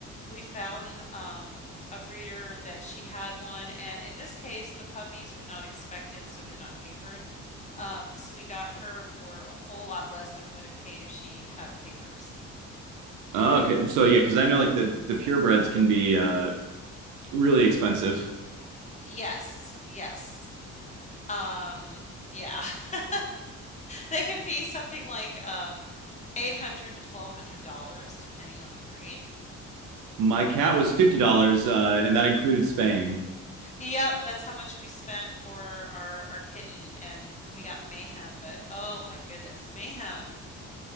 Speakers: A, on the left; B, on the right.
A: we found um a breeder that she had one, and in this case, the puppies were not expected, so they're not papered. Um, so we got her for a whole lot less than we would have paid if she'd had papers.
B: Oh, okay. So yeah, because I know like the the purebreds can be uh, really expensive.
A: Yes, yes. Um, yeah. <laughs> They can be something like um 800 to 1200 dollars depending on the breed.
B: My cat was fifty dollars, uh, and that included spaying.
A: Yep, that's how much we spent for our our kitten and when we got Mayhem, but oh my goodness, Mayhem.